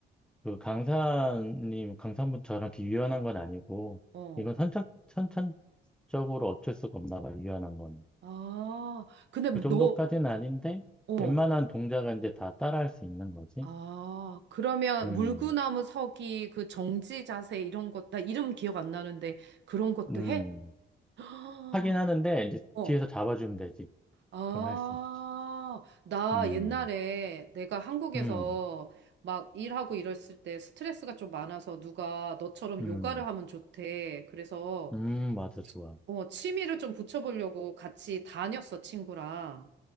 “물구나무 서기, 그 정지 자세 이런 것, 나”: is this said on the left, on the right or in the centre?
Right